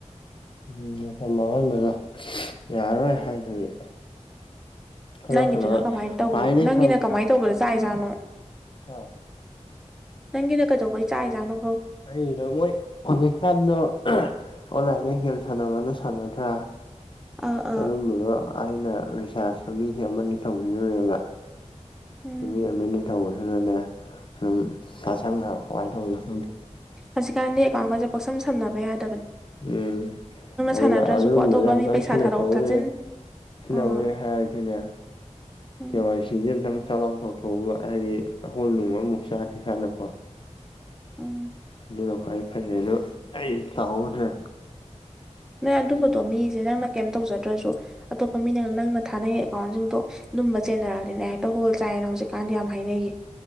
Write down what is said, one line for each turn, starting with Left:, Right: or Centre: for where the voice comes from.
Left: ꯎꯝ ꯃꯇꯝ ꯃꯥꯡꯍꯟꯕꯗꯣ ꯌꯥꯔꯣꯏ ꯍꯥꯏꯗꯨꯒꯤ ꯑꯗꯣ
Centre: ꯅꯪꯒꯤꯗꯨꯅ
Left: ꯀꯩꯅꯣ
Centre: ꯀꯃꯥꯏꯅ ꯇꯧ
Left: ꯈ꯭ꯋꯥꯏꯗꯒꯤ
Centre: ꯅꯪꯒꯤꯅ ꯀꯃꯥꯏꯅ ꯇꯧꯕꯗ ꯆꯥꯛꯖꯥꯠꯅꯣ
Left: ꯍꯥꯥ
Centre: ꯅꯪꯒꯤꯅꯦ ꯀꯩꯗꯧꯕꯩ ꯆꯥꯏ ꯆꯥꯅꯣ
Left: ꯑꯩꯅ ꯃꯣꯏ ꯑꯣꯅꯤ ꯁꯥꯟꯅ ꯑꯣꯟꯂꯥꯏꯟꯗ ꯒꯦꯝ ꯁꯥꯟꯅꯕꯅ ꯁꯥꯟꯅꯗ꯭ꯔꯥ
Centre: ꯑꯥ ꯑꯥ
Left: ꯑꯗꯨꯝꯕꯗꯣ ꯑꯩꯅ ꯔꯤꯆꯥꯥꯔꯁꯇꯣ ꯃꯤꯁꯦ ꯑꯃꯅꯤ ꯇꯧꯕꯤꯔꯨꯔꯦꯕ
Centre: ꯎꯝ
Left: ꯃꯤ ꯑꯃꯅꯤ ꯇꯧꯕꯅꯦ ꯑꯗꯨꯅꯅꯦ ꯑꯗꯨꯝ ꯁꯥ ꯁꯪꯗꯕ ꯀꯃꯥꯏꯅ ꯇꯧꯋꯤꯅꯣ ꯈꯪꯗꯦ
Centre: ꯍꯧꯖꯤꯛꯀꯥꯟꯗꯤ ꯑꯦꯀꯥꯎꯟꯒꯁꯦ ꯄꯥꯛꯁꯝ ꯁꯝꯅꯕ ꯌꯥꯗꯦ
Left: ꯎꯝ ꯑꯗꯨꯅ
Centre: ꯁꯥꯟꯅꯗ꯭ꯔꯁꯨꯀꯣ
Left: ꯑꯔꯨꯝꯕꯅ
Centre: ꯑꯇꯣꯞꯄ
Left: ꯌꯥꯝ
Centre: ꯃꯤ
Left: ꯇꯪꯁꯤꯟꯅ
Centre: ꯄꯩꯁꯥ ꯊꯥꯗꯣꯛ
Left: ꯊꯣꯛꯎꯔꯦ
Centre: ꯊꯥꯖꯤꯟ
Left: ꯁꯤꯅꯎ
Centre: ꯑꯥ
Left: ꯔꯦ ꯍ ꯊꯅꯦ
Centre: ꯎꯝ
Left: ꯊꯦꯋꯥꯥꯏ ꯁꯤꯁꯤꯡꯖ ꯊꯥꯡ ꯆꯥ ꯊꯧ ꯐ ꯍꯥꯏꯗꯤ ꯍꯣꯜ ꯅꯨꯡꯃ ꯑꯃꯨꯛ ꯆꯥꯗ꯭ꯦ ꯍꯥꯟꯅꯀꯣ
Centre: ꯎꯝ
Left: ꯑꯗꯨ ꯐ ꯐꯩ ꯑꯗꯨꯂꯣ ꯑꯩ ꯇꯥꯛꯍꯧꯅꯦ꯭ꯔꯦ
Centre: ꯅꯪ ꯑꯗꯨꯝꯕꯗꯣ ꯃꯤꯁꯦ ꯅꯪꯅ ꯀꯩꯝ ꯇꯧꯖꯗ꯭ꯔꯁꯨ ꯑꯇꯣꯞꯄ ꯃꯤꯅꯪ ꯅꯪꯅ ꯊꯥꯅꯩ ꯑꯦꯀꯥꯎꯟꯁꯤꯡꯗꯣ ꯂꯨꯝꯕ ꯆꯦꯟꯅꯔꯛꯗꯤꯅꯦ ꯍꯦꯛꯇ ꯍꯣꯜ ꯆꯥꯏꯌꯦꯅ ꯍꯧꯖꯤꯛꯀꯥꯟꯗꯤ ꯌꯥꯝ ꯍꯥꯏꯅꯩꯌꯦ